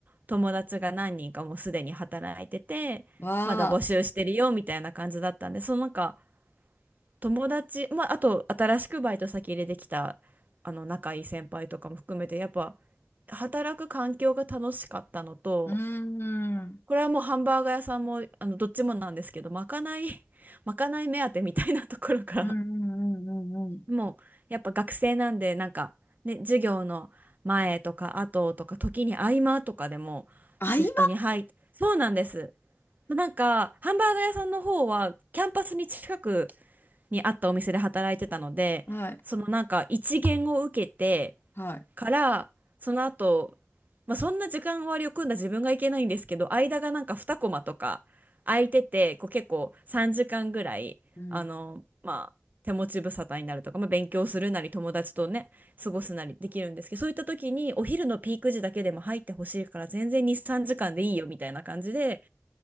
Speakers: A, on the right; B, on the left.
A: 友達が何人かもうすでに働いててまだ募集してるよみたいな感じだったんでそのなんか
B: ー、わ
A: 友達、まあ、あと新しくバイト先入れてきたあの仲いい先輩とかも含めてやっぱ働く環境が楽しかったのと
B: ー、うーん。
A: これはもうハンバーガー屋さんもあのどっちもなんですけどまかない <laughs> まかない目当てみたいなところから
B: うんうんうんうんうん
A: もうやっぱ学生なんでなんかね授業の前とか後とか時に合間とかでもシフトに入っそうなんです
B: 合間
A: なんかハンバーガー屋さんの方はキャンパスに近くにあったお店で働いてたのでそのなんか一限を受けて
B: はい、はい。
A: から、その後、まあ、そんな時間割を組んだ自分がいけないんですけど、間がなんか2コマとか空いてて、こう結構3時間ぐらい、
B: うん。
A: あの、まあ、手持ち無沙汰になるとか、まあ、勉強するなり友達とね、過ごすなりできるんですけど、そういった時にお昼のピーク時だけでも入ってほしいから全然2、3時間でいいよみたいな感じで、